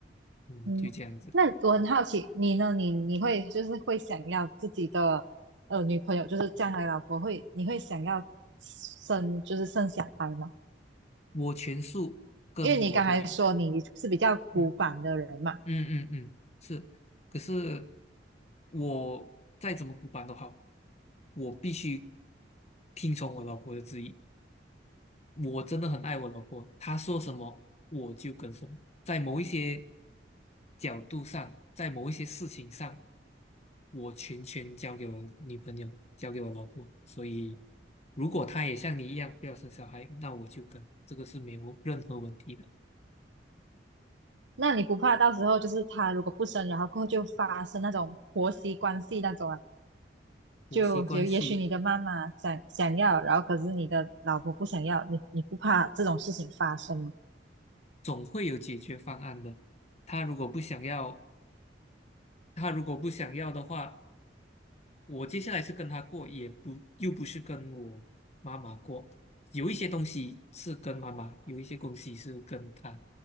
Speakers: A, on the left (about 35°); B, on the right (about 80°).
A: 嗯，
B: 嗯，
A: 就这样子。
B: 那我很好奇，你呢？你你会就是会想要自己的呃女朋友，就是将来老婆会，你会想要生就是生小孩吗？
A: 我全数跟我的女，
B: 因为你刚才说你是比较古板的人嘛，
A: 嗯。嗯嗯嗯，是，可是我再怎么古板都好，我必须听从我老婆的旨意。我真的很爱我老婆，她说什么我就跟什么。在某一些角度上，在某一些事情上，我全权交给我女朋友，交给我老婆。所以，如果她也像你一样不要生小孩，那我就跟，这个是没有任何问题的。
B: 那你不怕到时候就是他如果不生，然后过后就发生那种婆媳关系那种啊？
A: 婆媳关系。
B: 就也也许你的妈妈想想要，然后可是你的老婆不想要，你你不怕这种事情发生吗？
A: 总会有解决方案的。他如果不想要，他如果不想要的话，我接下来是跟他过，也不又不是跟我妈妈过。有一些东西是跟妈妈，有一些东西是跟他，